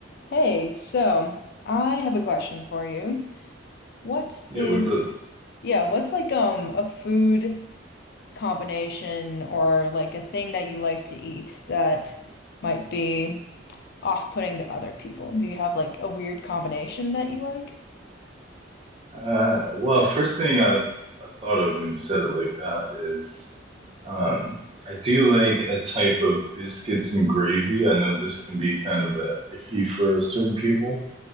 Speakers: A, on the left; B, on the right.
A: Hey, so I have a question for you. What
B: Yeah,
A: is,
B: what's it?
A: yeah, what's like um a food combination or like a thing that you like to eat that might be off-putting to other people? Do you have like a weird combination that you like?
B: Uh, well, first thing I, I thought of when you said it like that is um, I do like a type of biscuits and gravy. I know this can be kind of a iffy for certain people,